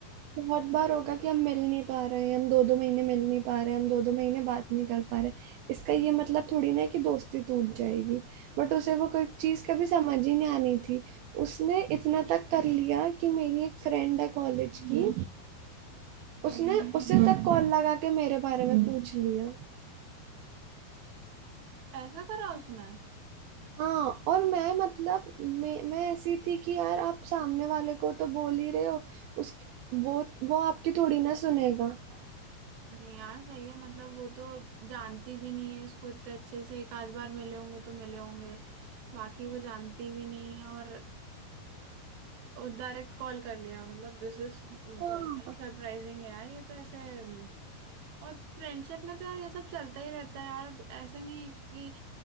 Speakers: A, on the right; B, on the right.
A: बहुत बार होगा कि हम मिल नहीं पा रहे हैं हम दो दो महीने मिल नहीं पा रहे हैं हम दो दो महीने बात नहीं कर पा रहे हैं। इसका ये मतलब थोड़ी ना है कि दोस्ती टूट जाएगी बट उसे वो कोई चीज कभी समझ ही नहीं आनी थी उसने इतना तक कर लिया कि मेरी एक फ्रेंड है कॉलेज की उसने उसे तक कॉल लगा के मेरे बारे में पूछ लिया
B: ऐसा करा उसने
A: हाँ और मैं मतलब मैं मैं ऐसी थी कि यार आप सामने वाले को तो बोल ही रहे हो उस वो वो आपकी थोड़ी ना सुनेगा
B: नहीं यार सही है मतलब वो तो जानती भी नहीं है इसको इतने अच्छे से एक आध बार मिले होंगे तो मिले होंगे बाकी वो जानती भी नहीं है और डायरेक्ट कॉल कर लिया मतलब दिस इज बहुत
A: हाँ
B: सरप्राइजिंग है यार ये तो ऐसे अम, और फ्रेंडशिप में तो यार ये सब चलता ही रहता है यार अब ऐसे नहीं है कि